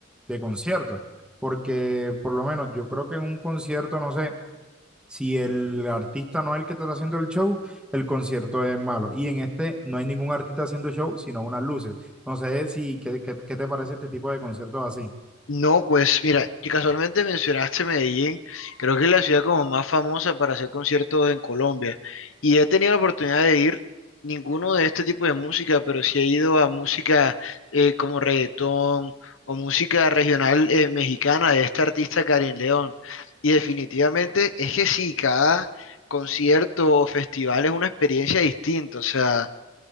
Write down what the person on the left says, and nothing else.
No, pues mira, y casualmente mencionaste Medellín, creo que es la ciudad como más famosa para hacer conciertos en Colombia y he tenido la oportunidad de ir ninguno de este tipo de música, pero sí he ido a música eh, como reggaetón o música regional eh, mexicana de esta artista Karin León y definitivamente es que sí, cada concierto o festival es una experiencia distinta, o sea...